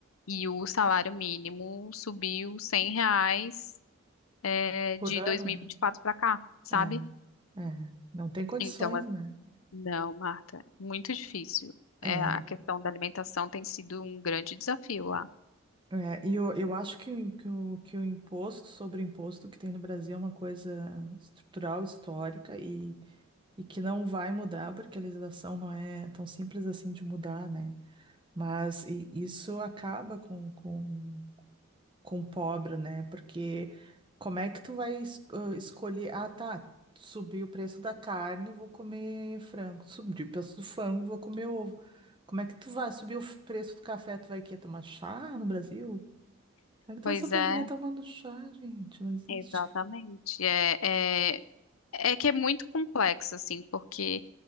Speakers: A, on the left; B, on the right.
A: E o salário mínimo subiu 100 reais, é,
B: Por
A: de
B: ano,
A: dois mil
B: né?
A: e vinte e quatro pra cá, sabe?
B: É. É. Não tem condições,
A: Então, a-
B: né?
A: não, Marta, muito difícil.
B: É.
A: É, a questão da alimentação tem sido um grande desafio lá.
B: É. E eu, eu acho que, o- que, o, que o imposto sobre o imposto que tem no Brasil é uma coisa estrutural, histórica e, e que não vai mudar, porque a legislação não é tão simples assim de mudar, né? Mas e- isso acaba com, com com pobre, né? Porque como é que tu vai es- ah, escolher? Ah, tá. Subiu o preço da carne, eu vou comer frango. Subiu o preço do frango, vou comer ovo. Como é que tu vai subir o f- preço do café? Tu vai quê? Tomar chá no Brasil? Como é que tu
A: Pois
B: vai sobreviver
A: é.
B: tomando chá, gente? Não existe.
A: Exatamente. É, é, é que é muito complexo, assim, porque